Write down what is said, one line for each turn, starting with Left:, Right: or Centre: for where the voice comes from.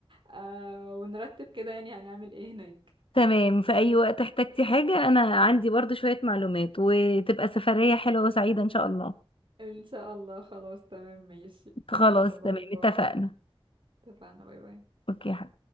Right: آه ونرتب كده يعني هنعمل ايه هناك
Left: تمام في اي وقت احتجتي حاجة انا عندي برضو شوية معلومات وتبقى سفرية حلوة وسعيدة ان شاء الله
Right: ان شاء الله خلاص تمام ماشي
Left: خلاص
Right: لا باي
Left: تمام
Right: باي
Left: اتفقنا
Right: اتفقنا باي باي
Left: اوكي يا